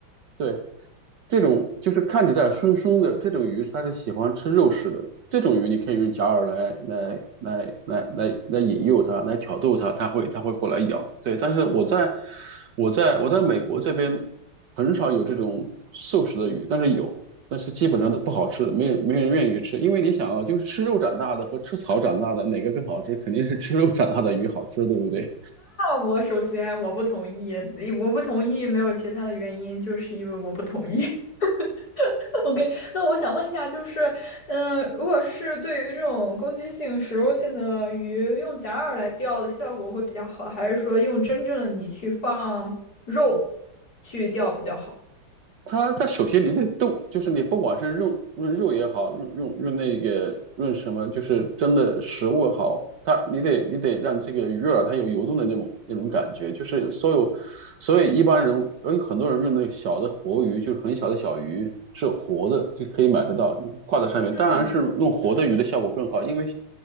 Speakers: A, on the right (about 60°); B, on the left (about 45°).
A: 对。这种就是看起来凶凶的这种鱼，它是喜欢吃肉食的。这种鱼你可以用假饵来来来来来来引诱它，来挑逗它，它会它会过来咬。对，但是我在我在我在美国这边很少有这种素食的鱼，但是有，但是基本上都不好吃，没人没人愿意去吃。因为你想啊，就是吃肉长大的和吃草长大的，哪个更好吃？肯定是吃肉长大的鱼好吃，对不对？
B: 我首先我不同意，诶我不同意没有其他的原因，就是因为我不同意。<laughs> OK，那我想问一下，就是，嗯、如果是对于这种攻击性、食肉性的鱼，用假饵来钓的效果会比较好，还是说用真正的你去放肉去钓比较好？
A: 它它首先你得动，就是你不管是用用肉也好，用用用那个用什么，就是真的食物也好，它你得你得让这个鱼饵它有游动的那种那种感觉，就是所有所以一般人，哎，很多人用那个小的活鱼，就是很小的小鱼，是活的，就可以买得到，挂在上面。
B: 嗯
A: 当然是用活的鱼的效果更好，因为